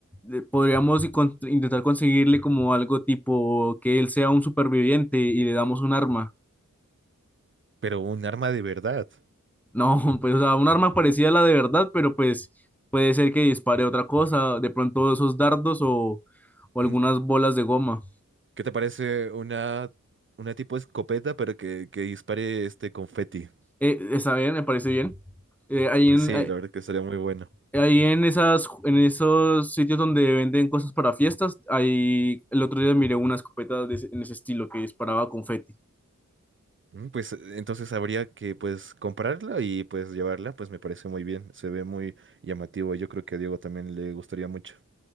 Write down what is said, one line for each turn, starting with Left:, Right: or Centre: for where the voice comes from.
Centre: eh, podríamos y con- intentar conseguirle como algo tipo que él sea un superviviente y le damos un arma.
Right: pero un arma de verdad.
Centre: No, <laughs> pues o sea, un arma parecida a la de verdad, pero pues puede ser que dispare otra cosa, de pronto esos dardos o, o algunas
Right: Mm,
Centre: bolas de goma.
Right: ¿Qué te parece una, una tipo escopeta pero que, que dispare este confeti?
Centre: Eh, está bien, me parece bien. Eh, ahí
Right: Pues
Centre: en-
Right: sí, la verdad que sería muy bueno.
Centre: Ahí en esas, en esos sitios donde venden cosas para fiestas, ahí el otro día miré una escopeta de ese- en ese estilo que disparaba confeti.
Right: Mm, Pues entonces habría que pues comprarla y pues llevarla, pues me parece muy bien, se ve muy llamativo, yo creo que a Diego también le gustaría mucho.